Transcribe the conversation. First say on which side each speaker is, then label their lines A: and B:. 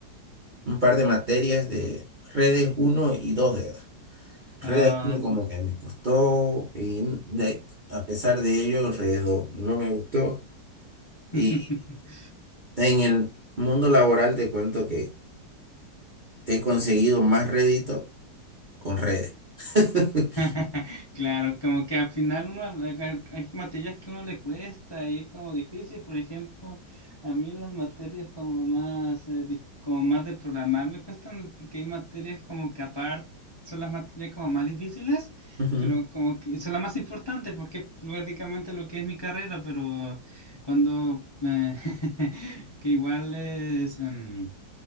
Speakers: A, on the right; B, on the left.
A: un par de materias de redes uno y 2 de edad. Redes
B: ah,
A: uno como que me costó y de- a pesar de ello, redes 2 no me gustó. Y
B: <laughs>
A: en el mundo laboral te cuento que he conseguido más rédito con redes. <laughs>
B: <laughs> Claro, como que al final uno al- al- hay materias que uno le cuesta y es como difícil. Por ejemplo, a mí las materias como más eh, dif- como más de programar me cuestan porque hay materias como que aparte son las materias como más difíciles,
A: Ujú,
B: pero como que son las más importantes porque es prácticamente lo que es mi carrera, pero cuando eh, <laughs> que igual es em,